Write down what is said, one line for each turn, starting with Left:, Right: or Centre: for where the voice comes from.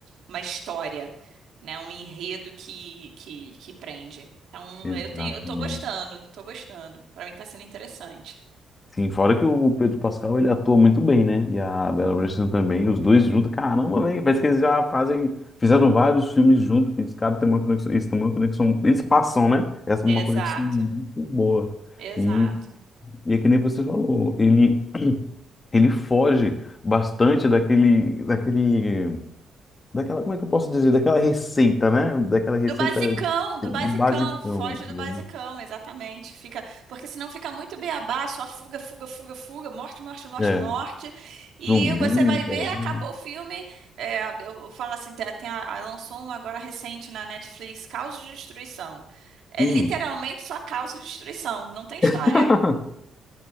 Right: uma história, né? Um enredo que, que, que prende. Então,
Left: exatamente.
Right: eu tenho, eu tô gostando, tô gostando. Para mim tá sendo interessante.
Left: Sim, fora que o Pedro Pascal ele atua muito bem, né? E a Bella Ramsey também, os dois juntos, caramba, velho, parece que eles já fazem, fizeram vários filmes juntos, que os caras têm uma conexão, eles têm uma conexão, eles passam, né? Essa
Right: Exato,
Left: é uma conexão muito boa.
Right: exato.
Left: E, e é que nem você falou, ele, ele foge bastante daquele, daquele, daquela, como é que eu posso dizer? Daquela receita, né? Daquela receita
Right: Do basicão, do
Left: do
Right: basicão,
Left: basicão.
Right: foge do
Left: né?
Right: basicão, exatamente. Fica, porque senão fica muito beabá, só fuga, fuga, fuga, fuga, morte, morte, morte,
Left: É,
Right: morte. E
Left: zumbi,
Right: você vai
Left: então,
Right: ver, acabou o filme. é, eu, eu falo assim, tem, tem a, a- lançou um agora recente na Netflix, Caos de Destruição. É
Left: hum.
Right: literalmente só caos e destruição, não tem história.
Left: <laughs>